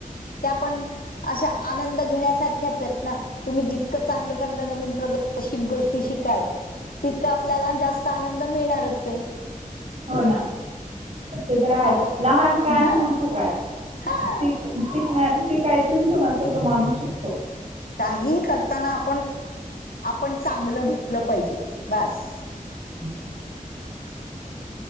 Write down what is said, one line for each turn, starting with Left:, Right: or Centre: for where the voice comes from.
Left: त्या पण अशा आनंद घेण्यासारख्याच आहेत ना. तुम्ही जितकं चांगल्या चांगल्या नवीन प्रगतीशील गोष्टी शिकाल. तितकं आपल्याला जास्त आनंद मिळणारच आहे.
Right: हो ना ते तर आहेत
Left: आपण
Right: लहान काय आणि
Left: हा
Right: मोठं काय
Left: हा
Right: ठीक. शिकनार शिकायचं जिथून असेल तो माणूस शिकतो.
Left: काही करताना आपण आपण चांगलं घेतलं पाहिजे बास.
Right: <unintelligible> <inaudible>